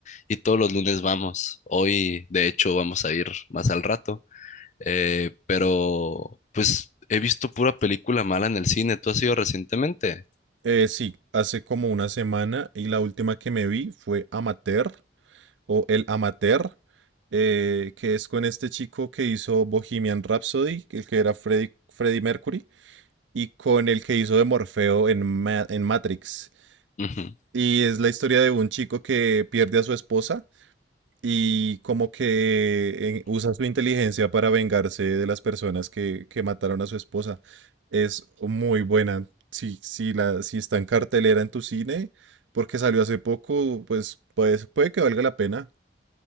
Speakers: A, on the left; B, on the right.
A: y todos los lunes vamos. Hoy de hecho vamos a ir más al rato, eh, pero pues he visto pura película mala en el cine. ¿Tú has ido recientemente?
B: Eh, sí, hace como una semana y la última que me vi fue Amateur o El Amateur, eh, que es con este chico que hizo Bohemian Rhapsody, que- el que era Freddie, Freddie Mercury, y con el que hizo de Morfeo en Ma- en Matrix.
A: Ujú.
B: Y es la historia de un chico que pierde a su esposa y como que eh, usa su inteligencia para vengarse de las personas que, que mataron a su esposa. Es muy buena. Si, si, la, si está en cartelera en tu cine, porque salió hace poco, pues, pues puede que valga la pena.